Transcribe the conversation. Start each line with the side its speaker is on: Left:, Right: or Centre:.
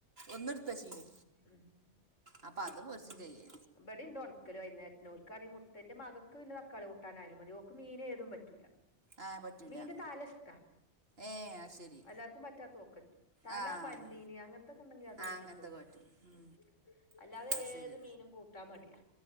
Right: ഒന്ന് ഇട്ത്തചീനി
Left: ഉം
Right: അപ്പൊ അത് പോര്ച്ചു ചെയ്യേ
Left: ബടിണ്ട് ഉണക്കല് വൈന്നേരത്ത്ൻ ഓൽക്കാണെിൽ മുട്ടൻന്റെ മകക്ക് പിന്നെ തക്കാളി കൂട്ടാനായാലും മതി ഓൾക്ക് മീന് ഏതും പറ്റൂല
Right: ആ പറ്റൂല
Left: മീന്റെ തല ഇഷ്ടാ
Right: ഏ അത് ശരി
Left: എല്ലാർക്കും പറ്റാത്ത ഓൾക്കറ്റും തല
Right: ആ
Left: പന്നീന്
Right: അത്
Left: അങ്ങനത്തൊക്കെ ഉണ്ടെങ്കി അത്
Right: ആ
Left: കൂട്ടിച്ചോടും
Right: അങ്ങനത്തെ പറ്റും ഉം.
Left: ഉ അല്ലാതെ
Right: അത്
Left: ഏത്
Right: ശരി
Left: മീനും കൂട്ടാ മടിയ